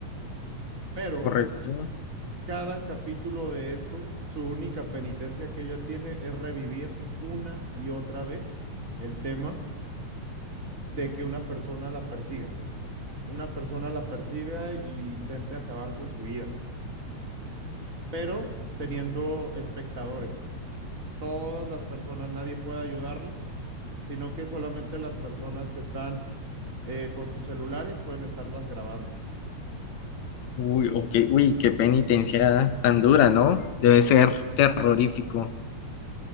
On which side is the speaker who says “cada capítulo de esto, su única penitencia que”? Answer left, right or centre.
Right